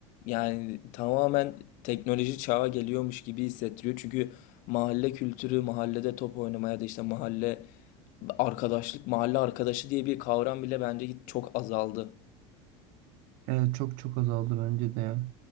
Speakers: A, on the left; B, on the right.
A: yani tamamen teknoloji çağa geliyormuş gibi hissettiriyor. Çünkü mahalle kültürü, mahallede top oynamaya da işte mahalle arkadaşlık, mahalle arkadaşı diye bir kavram bile bence hiç çok azaldı.
B: e, çok çok azaldı bence de ya.